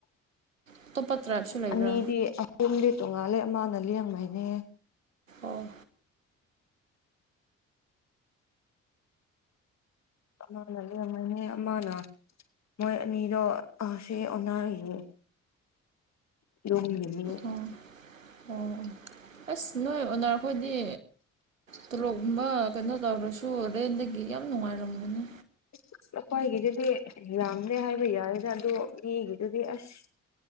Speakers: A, on the right (about 80°); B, on the left (about 45°).
A: ꯑꯇꯣꯞꯄ ꯇ꯭ꯔꯥꯏꯞꯁꯨ ꯂꯩꯕ꯭ꯔꯥ
B: ꯑꯅꯤꯗꯤ ꯄꯨꯝꯗꯤ ꯇꯣꯡꯉꯥꯜꯂꯦ ꯑꯃꯅ ꯂꯦꯡꯃꯩꯅꯦ
A: ꯑꯣ
B: ꯑꯃꯅ ꯂꯩꯔꯝꯃꯅꯦ ꯑꯃꯅ ꯃꯣꯏ ꯑꯅꯤꯗꯣ ꯁꯤ ꯑꯣꯅꯥꯔꯤꯌꯦ <unintelligible>
A: ꯑꯣ ꯑꯣ ꯑꯁ ꯅꯣꯏ ꯑꯣꯅꯔ ꯈꯣꯏꯗꯤ ꯇꯂꯣꯞꯒꯨꯝꯕ ꯀꯩꯅꯣ ꯇꯧꯔꯁꯨ ꯔꯦꯟꯗꯒꯤ ꯌꯥꯝ ꯅꯨꯡꯉꯥꯏꯔꯝꯒꯅꯤ
B: ꯑꯁ ꯑꯩꯈꯣꯏꯒꯤꯗꯨꯗꯤ ꯌꯥꯝꯗꯦ ꯍꯥꯏꯕ ꯌꯥꯔꯦꯗ ꯑꯗꯣ ꯃꯤꯒꯤꯗꯨꯗꯤ ꯑꯁ